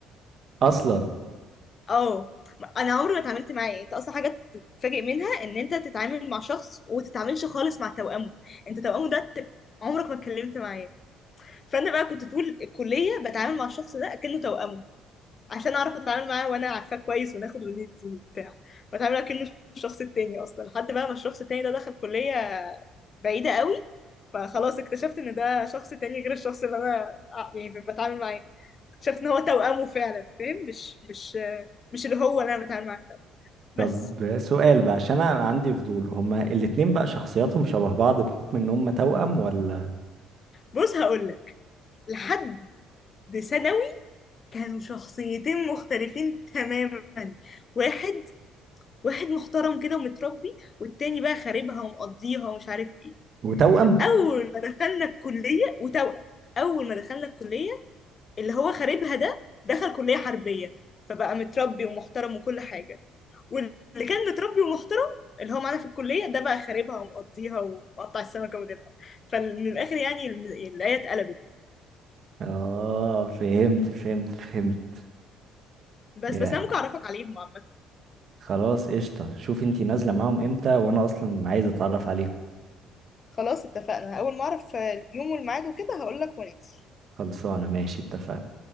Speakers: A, on the right; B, on the left.
A: اصلا
B: اه انا عمري ما اتعاملت معاه يعني انت اصلا حاجه تتفاجئ منها ان انت تتعامل مع شخص وتتعاملش خالص مع توأمه انت توأمه ده ت- عمرك ما اتكلمت معاه فانا بقى كنت طول الكليه بتعامل مع الشخص ده اكنه توأمه عشان اعرف اتعامل معاه وانا عارفاه كويس وناخد وندي وبتاع بتعامل اكنه الشخص التاني اصلا لحد بقى ما الشخص التاني ده دخل كليه بعيدة قوي فخلاص اكتشفت ان ده شخص تاني غير الشخص اللي انا ع- يعني بتعامل معاه اكتشفت ان هو توأمه فعلا فاهم مش مش مش اللي هو اللي انا بتعامل معاه فعلا بس
A: طب سؤال بقى عشان انا عندي فضول هما الاتنين بقى شخصياتهم شبه بعض بحكم ان هما توأم ولا
B: بص هقولك لحد ثانوي كانوا شخصيتين مختلفين تماما واحد واحد محترم كده ومتربي والتاني بقى خاربها ومقضيها ومش عارف ايه
A: وتوأم
B: اول ما دخلنا الكلية وتوأم اول ما دخلنا الكلية اللي هو خاربها ده دخل كلية حربية فبقى متربي ومحترم وكل حاجة واللي كان متربي ومحترم اللي هو معانا في الكلية ده بقى خاربها ومقضيها ومقطع السمكة وديلها فمن الآخر يعني الم- الآية اتقلبت
A: اه فهمت فهمت فهمت
B: بس
A: يعني
B: بس أنا ممكن أعرفك عليهم عامة
A: خلاص قشطه شوف انت نازله معاهم امتى وانا اصلا عايز اتعرف عليهم
B: خلاص اتفقنا أول ما أعرف اليوم والميعاد وكده هقولك وننزل
A: خلصانه ماشي اتفقنا